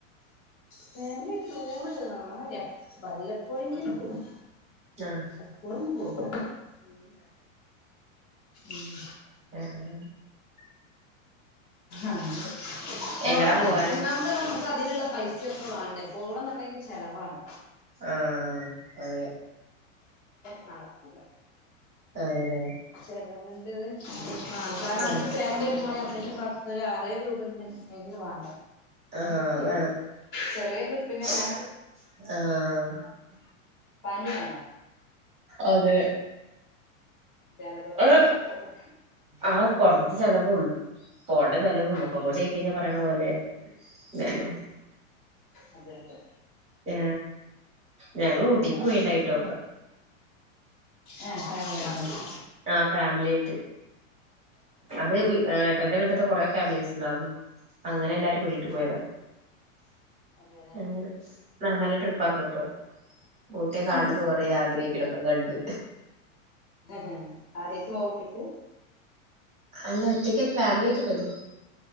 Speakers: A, on the left; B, on the right.
A: ഫാമിലി ടൂർ ആ വല്ലപ്പോയെങ്കിലും പോകും
B: ആഹ്
A: എപ്പോഴും പോ ഉം ഉം
B: ആഹ
A: ആണ് കൊറവാണ്
B: എങ്ങടാ പോവാറ്
A: ഒന്നാമത് നമുക്ക് അതിനുള്ള പൈസ വേണ്ടേ പോണം എന്നുണ്ടെങ്കിൽ ചിലവാണ്
B: ആഹ അതെ
A: നടക്കൂല
B: അതെലെ
A: ചെലവന്റെത് കാരണം നമുക്ക്
B: ആഹ്
A: ഫേമിലി എടുക്കണെങ്കിൽ അത്യാവശ്യം പത്ത് ആറായിരം രൂപങ്കിലും വേണം
B: ആഹ അത് വേണം
A: ചെറിയ
B: ആഹ
A: ട്രിപ്പിനന്നെ പനിയാണ്
B: അതെ
A: ജലദോഷം
B: ഏ
A: പോലെ
B: ആ പുൊറത്ത ചലവും പോകണ്ട ചലവവുംുമൊക്ക
A: ആഹ്
B: കൂടി ഒക്കിഞ്ഞാ പറണ പോലെ ഇല്ല <unintelligible>
A: അതെ അതെ
B: ആ ഞങ്ങള് ട്ടക്ക് പോയിണ്ടായിട്ടോ
A: ഏഹ് ഫാമിലി ആയിട്ടോ
B: ആ ഫാമിലി ആയിട്ട് അത് ഏട്ടന്റെ വീട്ടത്തെ കൊറെ ഫാമിലീസ് ഉണ്ടുന്നു അങ്ങനെ എല്ലാരും കൂടിട്ട് പോയതാ
A: ആഹ് അതെല്ലേ
B: അങ്ങനെ ആ നല്ല ട്രിപ്പായിന്നട്ടോ ഊട്ടിയെ കാണന്ന്
A: ഉം
B: കൊറ ആഗ്രഹിക്കടപ്പ ഗണ്ടു
A: <unintelligible> ആരറ്റു പോകട്ടേക്ക്
B: അല്ല ഒറ്റക്കല്ല ഫാമിലിട്ട വരും